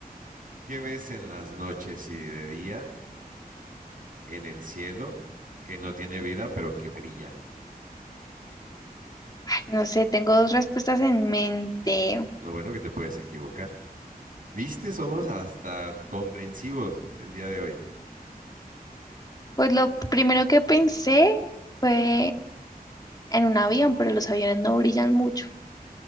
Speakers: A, on the right; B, on the left.
A: ¿Qué ves en las noches y de día en el cielo que no tiene vida, pero que brilla?
B: ay, no sé, tengo dos respuestas en mente.
A: Lo bueno que te puedes equivocar. ¿Viste? Somos hasta comprensivos el día de hoy.
B: Pues lo primero que pensé fue en un avión, pero los aviones no brillan mucho.